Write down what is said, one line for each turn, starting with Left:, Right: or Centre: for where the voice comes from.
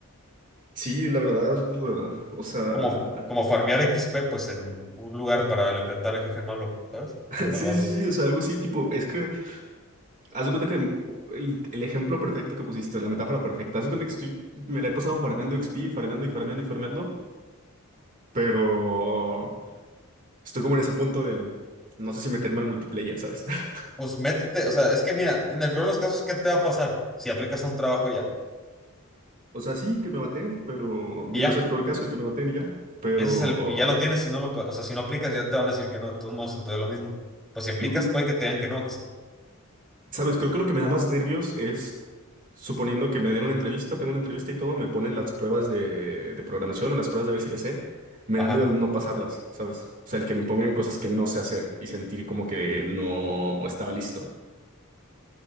Right: Sí, la verdad, eh, o sea,
Centre: Como, como farmear XP pues en un lugar para enfrentar al jefe malo, ¿sabes?
Right: <laughs>
Centre: Al malvado.
Right: Sí, sí, sí, o sea, algo así, tipo, es que, haz de cuenta que el, el ejemplo perfecto que pusiste, la metáfora perfecta, haz de cuenta que estoy, me la he pasado farmeando XP, farmeando y farmeando y farmeando, pero estoy como en ese punto de, no sé si meterme al multiplayer, ¿sabes? <laughs>
Centre: Pues métete, o sea, es que mira, en el peor de los casos, ¿qué te va a pasar si aplicas a un trabajo ya?
Right: O sea, sí, que me maten, pero
Centre: Y
Right: digo,
Centre: ya,
Right: es el peor caso el que me maten y ya, pero...
Centre: ese es el, y ya lo tienes, si no lo, o sea, si no aplicas ya te van a decir que no, de todos modos, entonces lo mismo. Pues si aplicas,
Right: No,
Centre: puede que te digan que no, que sí.
Right: Sabes, creo que lo que me da más nervios es, suponiendo que me den una entrevista, tengo una entrevista y todo, me ponen las pruebas de, de programación o las pruebas de ver si le sé, me
Centre: Ajá.
Right: da miedo el no pasarlas, ¿sabes? O sea, el que me pongan cosas que no sé hacer y sentir como que no estaba listo.